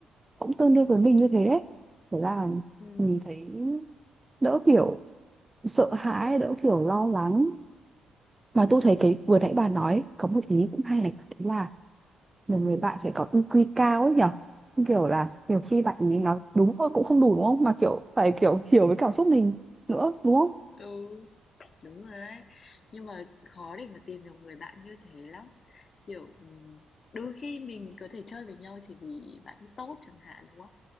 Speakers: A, on the right; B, on the left.
A: cũng tương đương với mình như thế đấy thế là
B: Ừ.
A: mình thấy đỡ kiểu sợ hãi đỡ kiểu lo lắng mà tôi thấy cái vừa nãy bà nói có một ý cũng hay này đấy là một người bạn phải có EQ cao ấy nhở kiểu là nhiều khi bạn ấy nói đúng thôi cũng không đủ đúng không mà kiểu phải kiểu hiểu với cảm xúc mình nữa đúng không
B: Ừ. Đúng rồi ấy. Nhưng mà khó để mà tìm được người bạn như thế lắm. Kiểu ừm, đôi khi mình có thể chơi với nhau chỉ vì bạn ấy tốt chẳng hạn đúng không?